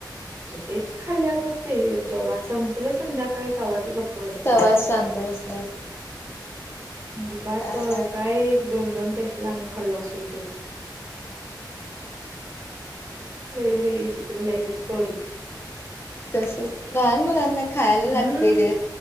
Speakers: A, on the right; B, on the left.
A: तेच खाल्ल्या बघ ते जेव्हा संपलं संध्याकाळी तव्हाच गप् बसल्या
B: तवाच
A: बघ
B: शांत बसले असतील
A: म्हणजे बात
B: काय
A: काये दोन दोन टेस्ट ला आम्ही खाल्लो असेल तेच नाई बाई वि चित्र लय हायत कोरी.
B: तसच लहान मुलांना खायला
A: हम्म.
B: लागतय ग